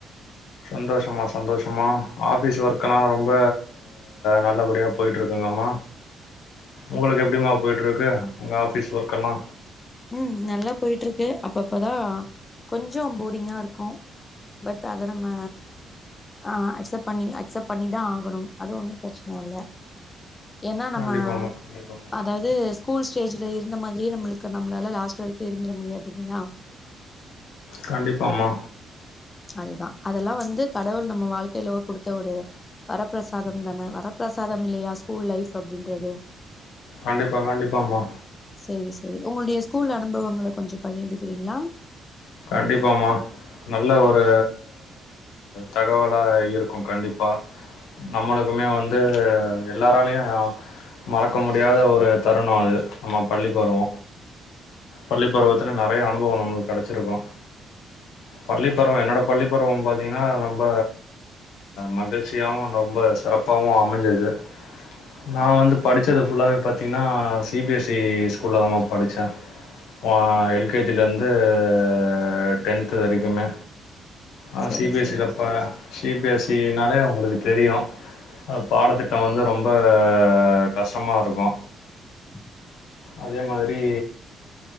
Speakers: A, on the left; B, on the left.
A: சந்தோஷம்மா சந்தோஷம்மா ஆஃபிஸ் ஒர்க்லா ரொம்ப நல்ல படியா போய்ட்டுருக்குங்கம்மா உங்களுக்கு எப்டிம்மா போய்ட்ருக்கு உங்க ஆஃபீஸ் ஒர்க்கலா
B: ம் நல்லா போயிட்டுருக்கு அப்பப்பதா கொஞ்சோ ஃபோரிங்கா இருக்கு பட் அத நம்ம ஆ அசெப்ட் பண்ணி அக்செப்ட் பண்ணிதா ஆகணும் அது ஒன்னு பிரச்ன இல்ல ஏன்னா நம்ம
A: கண்டிப்பாமா கண்டிப்பாமா
B: அதாவ்து ஸ்கூல் ஸ்டேஜ்ல இருந்த மாத்ரியே நம்முளு க நம்ளால லாஸ்ட் வரிக்கு இருந்திர முடியாது இல்லியா
A: கண்டிப்பா மா
B: அதுதா அதெலா வந்து கடவுள் நம்ம வாழ்க்கைல குடுத்த ஒரு வரப்பிரசாதந் தானே வரப்பிரசாதம் இல்லையா ஸ்கூல் லைஃப் அப்டின்றது
A: கண்டிப்பா கண்டிப்பாமா
B: சேரி செரி ஒங்குள்டியஸ் ஸ்கூல் அனுபவங்கள கொஞ்ச பகிர்ந்துக்றிங்ளா
A: கண்டிப்பாமா நல்ல ஒரு தகவலா இருக்கு கண்டிப்பா நம்மளுக்குமே வந்து எல்லாராலயயு மறக்க முடியாத ஒரு தருண அது நம்ம பள்ளி பருவ பள்ளி பருவத்துல நறய அனுபொவொ நம்ளுக்கு கடச்சிருக்கு பள்ளி பருவ என்னோட பள்ளி பருவம் பாத்தீங்ன்னா நம்ப மகுல்ச்சியாவு ரொம்ப சிறப்பாவு அமஞ்சிது நா வந்து படிச்சது ஃபுல்லாவே பாத்திங்னா சி பி எஸ் இ ஸ்கூல்லதா மேம் படிச்ச அ எல் கே ஜி ல இருந்து அ டென்த்து வரிக்குமே அ
B: சேரி
A: சிபிஏசில
B: சேரி
A: ப சீ ப் யா சி னாலே அவுங்களுக்கு தெரியு அ பாடத்திட்ட வந்து ரொம்ப கஷ்டமாருக்கு
B: <inaudible>
A: அதே மாதிரி